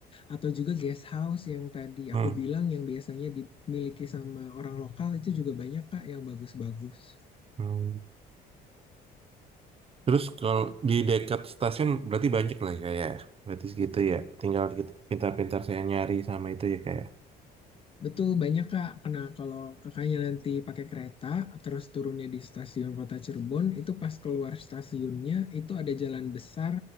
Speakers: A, on the left; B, on the right.
A: Atau juga guest house yang tadi
B: hmm,
A: aku bilang yang biasanya dimiliki sama orang lokal itu juga banyak Kak yang bagus-bagus.
B: hmm. Terus kalau di dekat stasiun berarti banyak lah ya kayak ya. berarti segitu ya tinggal kita pintar-pintar saya nyari sama itu ya kayak
A: Betul, banyak Kak. Karena kalau kakaknya nanti pakai kereta, terus turunnya di stasiun Kota Cirebon, itu pas keluar stasiunnya, itu ada jalan besar,